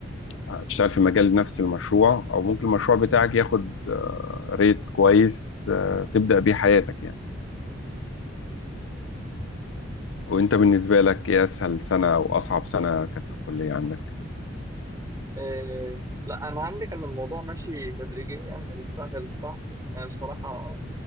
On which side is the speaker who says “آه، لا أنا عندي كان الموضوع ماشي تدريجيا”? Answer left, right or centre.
Right